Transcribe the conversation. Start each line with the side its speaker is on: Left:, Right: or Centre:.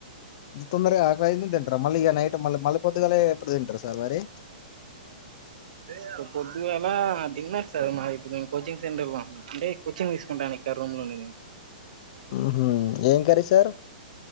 Left: ఇంత తొందరగా ఆకలి అయింది తింటారా మళ్ళీ ఇక నైట్ మళ్ళీ మళ్ళీ పొద్దుగాలే ఎప్పుడు తింటారు సార్ మరి
Right: ఇక పొద్దుగాలా తిన్నా సార్ మరి ఇప్పుడు నేను కోచింగ్ సెంటర్‌లో ఉన్న అంటే కోచింగ్ తీసుకుంటాను ఇక్కడ రూమ్లోనే నేను
Left: ఆహా. ఏం కర్రీ సార్